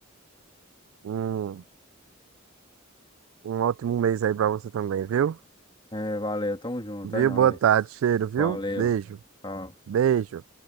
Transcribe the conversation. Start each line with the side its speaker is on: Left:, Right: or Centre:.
Right: Um, um ótimo mês aí pra você também, viu?
Left: É, valeu, tamo junto,
Right: Viu?
Left: é nóis.
Right: Boa tarde, cheiro, viu?
Left: Valeu,
Right: Beijo,
Left: tchau.
Right: beijo.